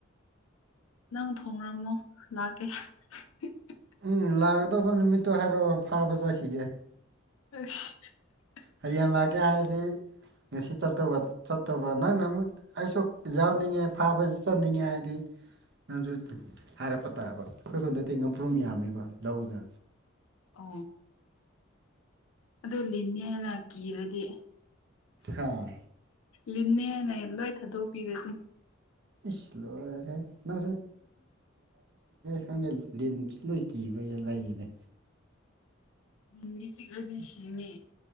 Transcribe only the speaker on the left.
ꯅꯪ ꯊꯣꯡꯡꯂꯝꯃꯣ ꯂꯥꯛ <unintelligible>
<unintelligible>
ꯑ ꯑꯗꯨ ꯂꯤꯅꯤ ꯍꯥꯏꯅ ꯀꯤꯔꯗꯤ
ꯂꯤꯅꯦꯅ ꯂꯣꯏ ꯊꯥꯗꯣꯛꯄꯤꯔꯗꯤ
ꯍꯗꯤ ꯆꯤꯒꯗꯤꯁꯤꯅꯦ